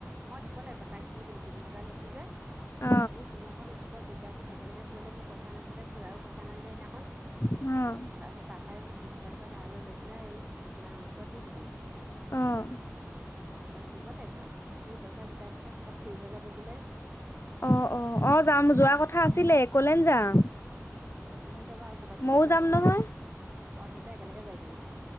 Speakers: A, on the right (about 25°); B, on the left (about 50°).
A: মই দিব লাগিব তাক দি দিম তিনি হাজাৰ লৈছো যে
B: অ
A: এইদিনাখন তত দুইটা গোট একেলগে পৰিলে মোৰ পইচা নাছিলে খুৰাইও পইচা নানিলে সদিনাখন
B: অ
A: তাৰ পাছত তাৰ পৰাই মই তিনি হাজাৰ টকা ধাৰালৈ লৈ পেলাই এই গোটত দি দিলো
B: অঁ
A: তাক দিব লাগিব সি পইচা গোটাই দিছে কৰ'বাত ফুৰিব যাব বোলে
B: অ অ অ যাম
A: এ
B: যোৱা কথা আছিলে একলেন যাম
A: একলেন যাবা আৰু ক'বাত
B: ময়ও
A: ক'বাত যাব
B: যাম
A: বোলে
B: নহয়
A: অ তহতে একেলগে যাবি মানে